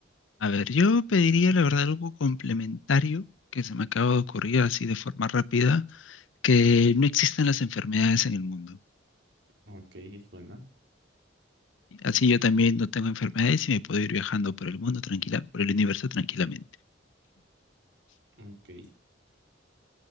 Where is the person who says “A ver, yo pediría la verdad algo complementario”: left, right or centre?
Left